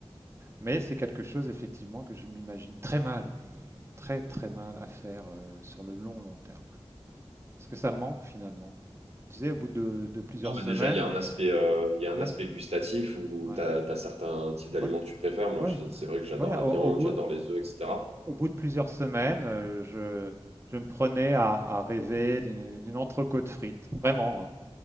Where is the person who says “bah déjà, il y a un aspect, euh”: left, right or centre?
Right